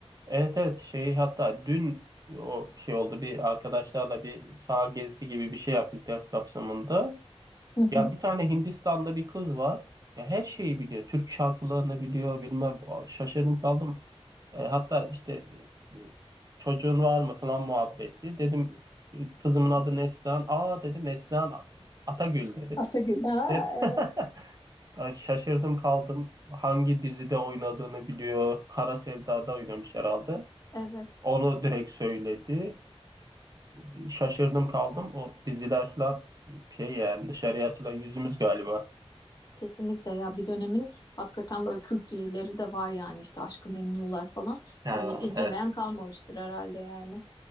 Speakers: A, on the right (about 35°); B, on the left (about 40°).
A: evet evet şey hatta dün o şey oldu bir arkadaşlarla bir saha gezisi gibi bir şey yaptık ders kapsamında.
B: Hı hı.
A: Ya bir tane Hindistan'da bir kız var. Ya her şeyi biliyor. Türk şarkılarını biliyor, bilmem. Şaşırdım kaldım. E, hatta işte e, çocuğun var mı falan muhabbeti. Dedim e, kızımın adı Neslihan. Aa dedi Neslihan Atagül dedi.
B: Atagül. Ha,
A: Dedim,
B: evet.
A: <laughs> Ya şaşırdım kaldım. Hangi dizide oynadığını biliyor. Kara Sevda'da oynamış herhalde.
B: Evet.
A: Onu direkt söyledi. E, Şaşırdım kaldım. O diziler falan şey yani dışarıya açılan yüzümüz galiba.
B: Kesinlikle ya bir dönemin hakikaten böyle kült dizileri de var yani işte Aşk-ı Memnu'lar falan.
A: Ha,
B: Hani izlemeyen
A: evet.
B: kalmamıştır herhalde yani.